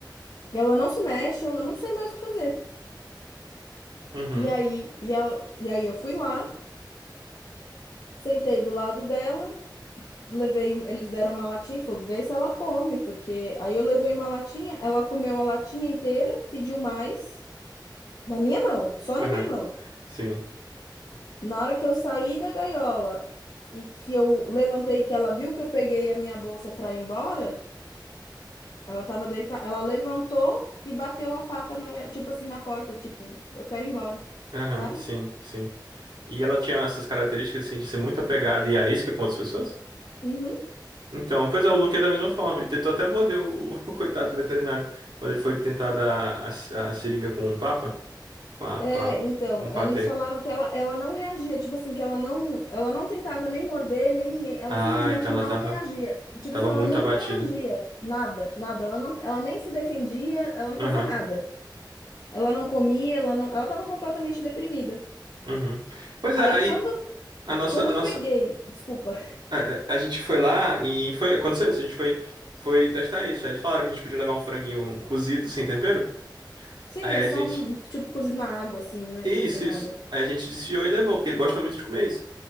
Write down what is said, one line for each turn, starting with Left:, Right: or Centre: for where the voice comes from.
Left: Ela não se mexe, ela não sei mais o que fazer.
Right: uhum.
Left: E aí, e, ela- e aí eu fui lá, sentei do lado dela, levei, um- eles deram uma latinha e falou, vê se ela come, porque aí eu levei uma latinha, ela comeu a latinha inteira, pediu mais, na minha mão, só na
Right: Aham,
Left: minha mão.
Right: sim.
Left: Na hora que eu saí da gaiola e que eu levantei, que ela viu que eu peguei a minha bolsa para ir embora, ela tava deitada, ela levantou e bateu a pata na, ga- tipo assim, na porta, tipo, eu quero ir embora,
Right: Aham,
Left: sabe?
Right: sim, sim. E ela tinha essas características, assim, de ser muito apegada e arisca com outras pessoas?
Left: Uhum.
Right: Então, pois é, o Luke é da mesma forma. Ele tentou até morder o, <laughs> o coitado do veterinário. Quando ele foi tentar dar a, ci- a seringa com o papa, com a,
Left: É,
Right: com a,
Left: então,
Right: com o patê.
Left: eles falaram que ela, ela não reagia, tipo assim, que ela não, ela não tentava nem morder, nem ninguém, ela
Right: Ah,
Left: simplesmente
Right: então ela
Left: não
Right: tava,
Left: reagia. Tipo
Right: tava
Left: assim, ela
Right: muito
Left: não
Right: abatida.
Left: reagia, nada, nada, ela não, ela nem se defendia, ela não
Right: Aham,
Left: fazia nada. Ela não comia, ela não, ela tava completamente deprimida.
Right: uhum. Pois
Left: Aí
Right: é, aí
Left: quando,
Right: a nossa,
Left: quando
Right: a
Left: eu
Right: nossa,
Left: peguei, desculpa.
Right: a, a a gente foi lá e foi, aconteceu isso, a gente foi, foi testar isso. Aí eles falaram que a gente podia levar um franguinho cozido sem tempero.
Left: <laughs> Sim,
Right: Aí
Left: é só
Right: a gente
Left: um, tipo, cozinhar água assim, né?
Right: Isso,
Left: Tipo, sem nada.
Right: isso. Aí a gente desfiou e levou, porque ele gosta muito de comer isso.